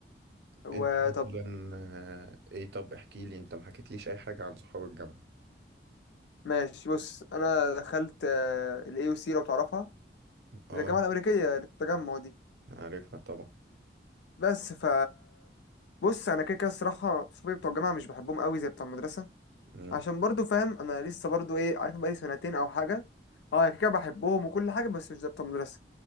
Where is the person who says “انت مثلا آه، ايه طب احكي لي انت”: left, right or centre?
Right